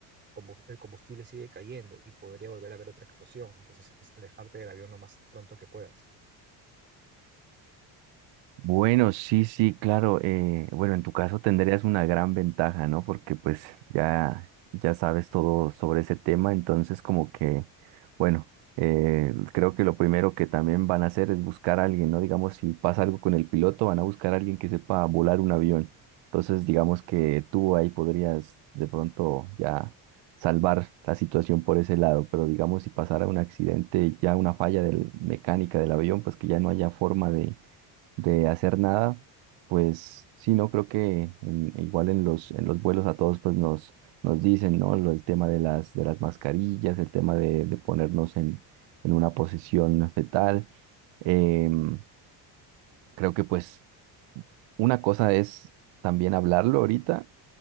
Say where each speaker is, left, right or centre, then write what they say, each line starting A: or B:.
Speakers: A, on the right (about 25°); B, on the right (about 80°).
A: combu- el combustible sigue cayendo y podría volver a haber otra explosión. Entonces, es alejarte del avión lo más pronto que puedas.
B: Bueno, sí, sí, claro. eh, bueno, en tu caso tendrías una gran ventaja, ¿no? Porque pues ya, ya sabes todo sobre ese tema, entonces como que, bueno, eh, creo que lo primero que también van a hacer es buscar a alguien, ¿no? Digamos, si pasa algo con el piloto, van a buscar a alguien que sepa volar un avión. Entonces, digamos que tú ahí podrías de pronto ya salvar la situación por ese lado, pero digamos, si pasara un accidente, ya una falla del, mecánica del avión, pues que ya no haya forma de de hacer nada, pues sí, no creo que en- igual en los, en los vuelos a todos pues nos, nos dicen, ¿no? Lo- el tema de las, de las mascarillas, el tema de, de ponernos en, en una posición fetal. Em, creo que pues una cosa es también hablarlo ahorita